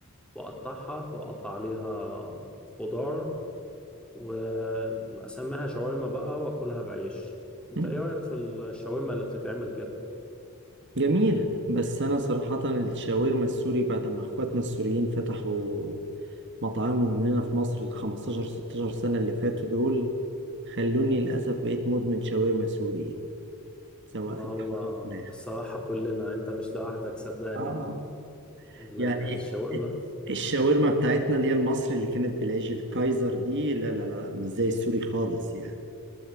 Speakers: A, in the centre; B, on the right.
A: وأقطعها وأقطع عليها خضار وأسميها شاورما بقى وأكلها بعيش أنت
B: مم.
A: إيه رأيك في الشاورما اللي بتتعمل كده؟
B: جميلة بس انا صراحة الشاورما السوري بعد ما اخواتنا السوريين فتحوا مطاعمهم هنا في مصر ال 15 16 سنة اللي فاتوا دول خلوني للأسف بقيت مدمن شاورما سوري يعني سواء
A: ما هو
B: لحمة أو فراخ
A: الصراحة كلنا أنت مش لوحدك صدقني
B: آه
A: ال-
B: يعني
A: الشاورما
B: الشاورما بتاعتنا اللي هي المصري اللي كانت بالعيش الكايزر دي لا لا لا مش زي السوري خالص يعني